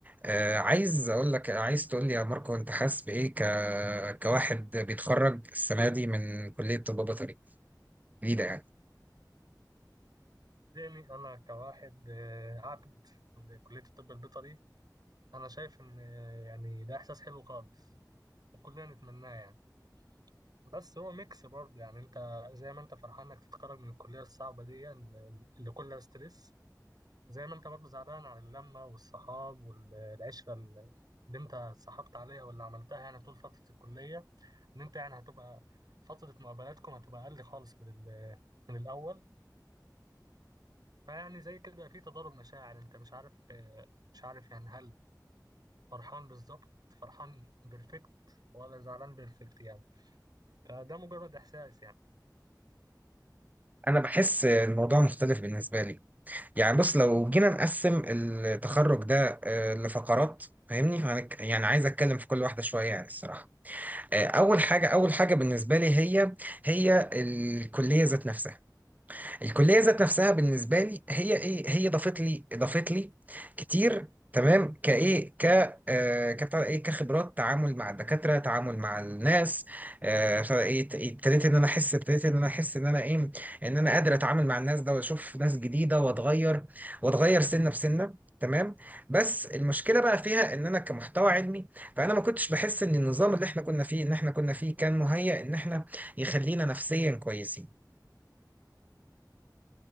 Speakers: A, on the right; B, on the right.
A: آه، عايز اقول لك عايز تقول لي يا ماركو انت حاسس بايه ك... كواحد بيتخرج السنه دي من كليه طب بيطري جديده يعني
B: يعني أنا كواحد آه، عبد لكلية الطب البيطري أنا شايف إن آه، يعني ده إحساس حلو خالص وكلنا نتمناه يعني بس هو ميكس برضه يعني أنت زي ما أنت فرحان إنك تتخرج من الكلية الصعبة دي اللي اللي كلها ستريس زي ما أنت برضه زعلان على اللمة والصحاب والعشرة اللي اللي أنت اتصاحبت عليها واللي عملتها يعني طول فترة الكلية إن أنت يعني هتبقى فترة مقابلاتكم هتبقى أقل خالص من ال- من الأول فيعني زي كده في تضارب مشاعر انت مش عارف آه، مش عارف يعني هل فرحان بالظبط فرحان بيرفكت ولا زعلان بيرفكت يعني فده مجرد احساس يعني
A: انا بحس الموضوع مختلف بالنسبه لي يعني بص لو جينا نقسم التخرج ده آه، لفقرات فاهمني فهنك- يعني عايز اتكلم في كل واحده شويه يعني الصراحه آه، اول حاجه اول حاجه بالنسبه لي هي هي الكليه ذات نفسها الكليه ذات نفسها بالنسبه لي هي ايه هي ضافت لي ضافت لي كتير تمام كايه ك آه كبتاع ده ايه كخبرات تعامل مع الدكاتره تعامل مع الناس آه بتاع ده ايه ت- إيه، ابتديت ان انا احس ابتديت ان انا احس ان انا ايه ان انا قادر اتعامل مع الناس ده واشوف ناس جديده واتغير واتغير سنه بسنه تمام بس المشكله بقى فيها ان انا كمحتوى علمي فانا ما كنتش بحس ان النظام اللي احنا كنا فيه ان احنا كنا فيه كان مهيأ ان احنا يخلينا نفسيا كويسين